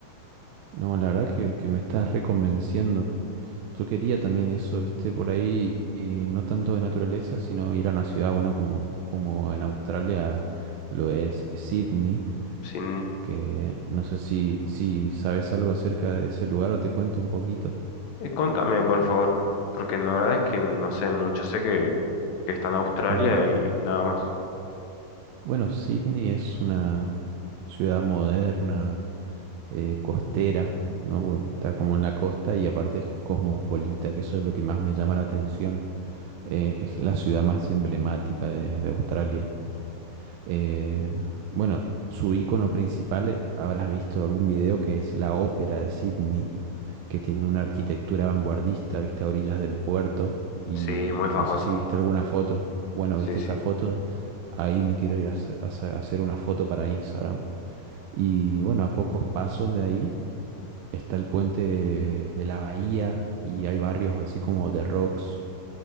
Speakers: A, on the right; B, on the left.
A: No, la verdad que, que me estás reconvenciendo. Yo quería también eso, viste, por ahí, y no tanto de naturaleza, sino ir a una ciudad, bueno, como, como en Australia lo es Sydney,
B: Sin...
A: que no sé si, si sabes algo acerca de ese lugar o te cuento un poquito.
B: eh, contame, por favor, porque la verdad es que no sé mucho. Sé que, que está en Australia
A: Ujú.
B: y, y nada más.
A: Bueno, Sydney es una ciudad moderna, eh, costera, ¿no? Porque Está como en la costa y aparte es cosmopolita, que eso es lo que más me llama la atención eh, es la ciudad más emblemática de, de Australia. Eh, bueno, su icono principal, eh, habrás visto algún video que es la Ópera de Sydney, que tiene una arquitectura vanguardista, viste, a orillas del puerto. Y
B: Sí, muy famosa.
A: no sé si viste alguna foto. Bueno,
B: Sí,
A: viste
B: sí,
A: esa foto. Ahí me quiero ir a, sa- a sa- a hacer una foto para Instagram. Y bueno, a pocos pasos de ahí está el puente de la bahía y hay barrios así como The rocks